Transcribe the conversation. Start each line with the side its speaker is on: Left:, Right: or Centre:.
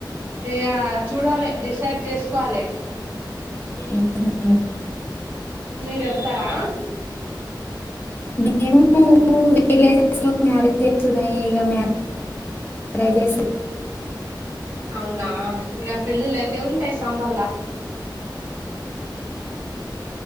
Right: యా చూడాలి డిసైడ్ చేసుకోవాలి
Left: ఉహ్ ఊహు
Right: మీరెళ్తారా
Left: మేము విలేజెస్ లో మ్యారేజెస్ ఉన్నాయి ఇగ మ్యా ప్రైజెస్
Right: అవునా ఇగ పెళ్ళిళ్ళు అయితే ఉంటాయి సంబర్లా